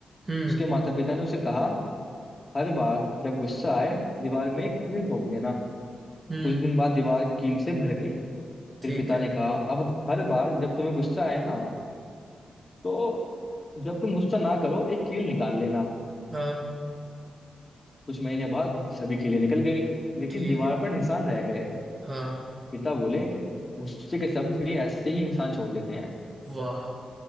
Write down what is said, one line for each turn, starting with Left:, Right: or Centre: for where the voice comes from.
Right: हम्म
Left: उसके माता पिता ने उसे कहा हर बार जब गुस्सा आए दीवार में एक कील ठोक देना
Right: हम्म
Left: कुछ दिन बाद दीवार कील से भर गई
Right: ठीक
Left: फिर पिता
Right: है
Left: ने कहा अब हर बार जब तुम्हें गुस्सा आए ना तो जब तुम गुस्सा ना करो एक कील निकाल लेना
Right: हाँ
Left: कुछ महीने बाद सभी कीलें निकल गई लेकिन
Right: ठीक
Left: दीवार
Right: है
Left: पर निशान रह गए
Right: हाँ
Left: पिता बोले गुस्से के शब्द भी ऐसे ही निशान छोड़ देते हैं
Right: वाह